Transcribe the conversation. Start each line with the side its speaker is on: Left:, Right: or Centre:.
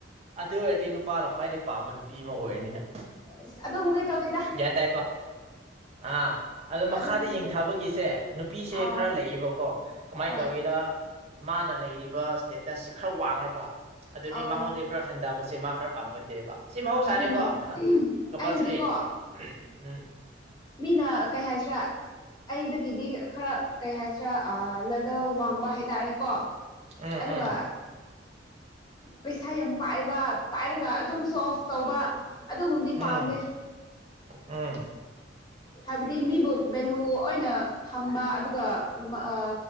Right: ꯑꯗꯨ ꯑꯣꯏꯔꯗꯤ ꯅꯨꯄꯥꯅ ꯈ꯭ꯋꯥꯏꯗꯩ ꯄꯥꯝꯕ ꯅꯨꯄꯤ ꯑꯃ ꯑꯣꯏꯔꯅꯤ ꯅꯪ
Left: ꯑꯁ ꯑꯗꯨꯒꯨꯝꯕꯗꯤ ꯇꯧꯗꯦꯗ
Right: ꯒ꯭ꯌꯥꯟ ꯇꯥꯏꯀꯣ ꯑꯥ ꯑꯗ ꯃꯈꯥꯗ
Left: ꯑꯗꯨꯅꯦ
Right: ꯌꯦꯡꯊꯕꯒꯤꯁꯦ ꯅꯨꯄꯤꯁꯦ
Left: ꯑꯥꯎ
Right: ꯈꯔ ꯂꯩꯌꯦꯕꯀꯣ ꯀꯃꯥꯏꯟ
Left: ꯍꯣꯏ
Right: ꯇꯧꯏꯗ ꯃꯥꯅ ꯂꯩꯔꯤꯕ ꯏꯁꯇꯦꯇꯁꯁꯤ ꯈꯔ ꯋꯥꯡꯉ꯭ꯔꯕ ꯑꯗꯨꯗꯤ
Left: ꯑꯥꯎ
Right: ꯃꯉꯣꯟ ꯈꯔ ꯍꯟꯗꯕꯁꯦ ꯃꯥ ꯈꯔ ꯄꯥꯝꯒꯟꯗꯦꯕ ꯁꯤ ꯃꯍꯧꯁꯥꯅꯦꯒꯣ
Left: ꯑꯗꯨꯅꯦ
Right: ꯀꯝꯄꯜꯁꯔꯤ
Left: ꯑꯩꯅꯗꯤꯀꯣ
Right: ꯎꯝ
Left: ꯃꯤꯅ ꯀꯩ ꯍꯥꯏꯁꯤꯔꯥ ꯑꯩꯗꯒꯤꯗꯤ ꯈꯔ ꯀꯩ ꯍꯥꯏꯁꯤꯔꯥ ꯑ ꯂꯕ ꯗ ꯋꯥꯡꯕ ꯍꯥꯏꯇꯥꯔꯦꯀꯣ
Right: ꯎꯝ ꯎꯝ
Left: ꯑꯗꯨꯒ ꯄꯩꯁꯥ ꯌꯥꯝ ꯄꯥꯏꯕ ꯄꯥꯏꯔꯒ ꯑꯗꯨꯝ ꯁꯣ ꯑꯣꯞ ꯇꯧꯕ ꯑꯗꯨꯒꯨꯝꯗꯤ
Right: ꯎꯝ
Left: ꯄꯥꯝꯗꯦ
Right: ꯎꯝ
Left: ꯍꯥꯏꯕꯗꯤ ꯃꯤꯕꯨ ꯚꯦꯂꯨ ꯑꯣꯏꯅ ꯊꯝꯕ ꯑꯗꯨꯒ ꯃ ꯑ